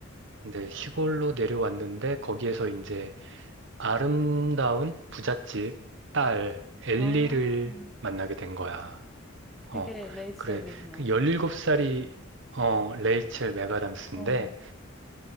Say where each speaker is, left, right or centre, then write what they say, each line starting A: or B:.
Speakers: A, on the right; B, in the centre.
A: 근데 시골로 내려왔는데 거기에서 이제 아름다운 부잣집 딸 엘리를
B: 아,
A: 만나게 된 거야.
B: 그게
A: 어,
B: 레이첼이구나.
A: 그래. 그 17살이, 어, 레이첼 맥아담스인데,
B: 어,